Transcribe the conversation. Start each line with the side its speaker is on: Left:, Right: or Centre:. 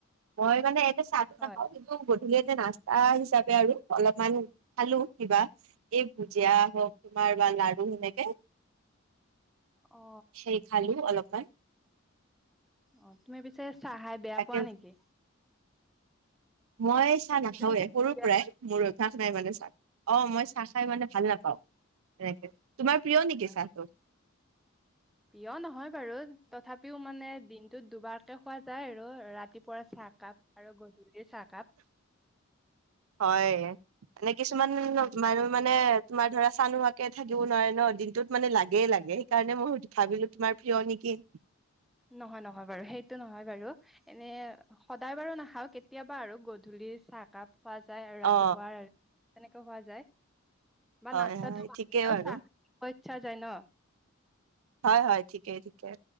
Right: মই মানে এনে চাহটো
Centre: হয়
Right: নাখাওঁ। গধূলি টে নাস্তা হিচাপে আৰু অলপমান খালোঁ কিবা। এই ভুজিয়া হওঁক তোমাৰ বা লাৰু সেনেকে।
Centre: অ
Right: হেই খালো অলপমান।
Centre: অঁ তুমি পিছে চাহ খাই বেয়া
Right: তাকে
Centre: পোৱা নেকি?
Right: মই চাহ নাখাওঁৱে।
Centre: তুমি চাহ
Right: সৰুৰ
Centre: খাই বেয়া
Right: পৰাই মোৰ অভ্যাস নাই মানে চাহ, অ' মই চাহ খাই মানে ভাল নাপাওঁ, এনেকে। তোমাৰ প্ৰিয়
Centre: হয়
Right: নিকি
Centre: হয়
Right: চাহটো?
Centre: প্ৰিয় নহয় বাৰু তথাপিও মানে দিন- টো দুবাৰকে খোৱা যায় আৰু, ৰাতিপুৱাৰ চাহকাপ আৰু গধূলিৰ চাহকাপ।
Right: হয়, মানে কিছুমান
Centre: উম
Right: আৰু- মানে তোমাৰ ধৰা চাহ নোখোৱাকে থাকিব নোৱাৰে ন, দিনটোত মানে লাগেই লাগে। সেইকাৰণে মই- ভাবিলো তোমাৰ প্ৰিয় নেকি!
Centre: নহয়, নহয় বাৰু, সেইটো নহয় বাৰু। এনে সদায় বাৰু নাখাওঁ, কেতিয়াবা আৰু গধূলিৰ চাহ- কাপ খোৱা যায় আৰু ৰাতিপুৱাৰ
Right: অ
Centre: তেনেকে খোৱা যায়। বা
Right: হয়
Centre: নাস্তাটো
Right: হয়
Centre: ভাল
Right: ঠিকেই
Centre: হ'লেও
Right: বাৰু।
Centre: চাহ খাব ইচ্ছা যায় ন।
Right: হয়, হয়, ঠিকেই ঠিকে।